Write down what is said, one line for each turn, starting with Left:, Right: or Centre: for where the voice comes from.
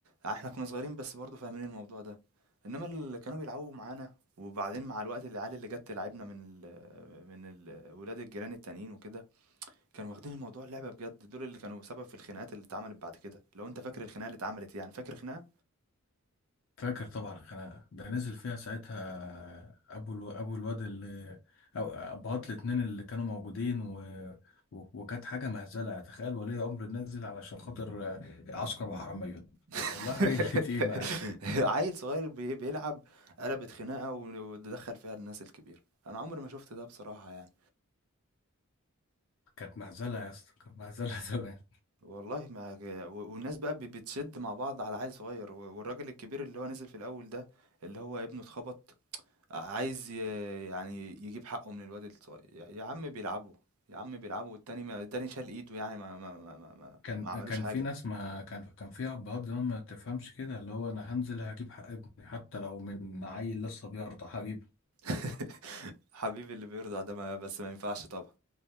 Right: آه، احنا كنا صغيرين بس برضو فاهمين الموضوع ده انما اللي كانوا بيلعبوا معانا وبعدين مع الوقت العيال اللي جت تلعبنا من ال من ال ولاد الجيران التانيين وكده كانوا واخدين الموضوع لعبة بجد دول اللي كانوا سبب في الخناقات اللي اتعملت بعد كده لو انت فاكر الخناقة اللي اتعملت يعني فاكر خناقة
Left: فاكر طبعا الخناقة ده نزل فيها ساعتها أبو الو... أبو الواد اللي أو أبهات الاتنين اللي كانوا موجودين و... و... وكانت حاجة مهزلة تخيل ولي أمر نزل علشان خاطر عسكر وحرامية
Right: <laughs>
Left: والله حاجة <laughs> اللي تقيمة يعني
Right: عيل صغير بي- بيلعب قلبت خناقة ودخل فيها الناس الكبيرة انا عمري ما شفت ده بصراحة يعني
Left: كانت مهزلة يا اسطى كانت مهزلة <laughs> زمان
Right: والله ما و- والناس بقى بي- بتشد مع بعض على عيل صغير و- والراجل الكبير اللي هو نزل في الاول ده اللي هو ابنه اتخبط عايز ي- يعني يجيب حقه من الواد الصغير يا يا عم بيلعبوا يا عم بيلعبوا والتاني ما التاني شال ايده يعني ما ما ما ما, ما
Left: كان
Right: ما عملوش
Left: كان
Right: حاجة
Left: في ناس ما كان كان فيها أبهات زمان ما تفهمش كده اللي هو أنا هنزل هجيب حق ابني حتى لو من عيل لسه بيرضع حبيبي
Right: <laughs> حبيبي اللي بيرضع ده ما بس ما ينفعش طبعا